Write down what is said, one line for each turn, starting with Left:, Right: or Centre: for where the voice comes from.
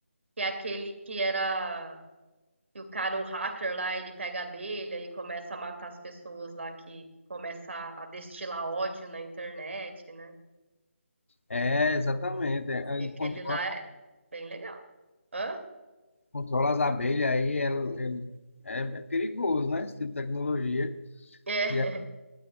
Right: que é aquele que era. que o cara, o hacker lá, ele pega a abelha e começa a matar as pessoas lá que começa a destilar ódio na internet, né?
Left: É, exatamente. É,
Right: É
Left: Ele
Right: Aquele
Left: controla,
Right: lá é bem legal. Hã?
Left: controla as abelhas, aí ele, ele- é, é perigoso, né? Esse tipo de tecnologia.
Right: É.
Left: E é-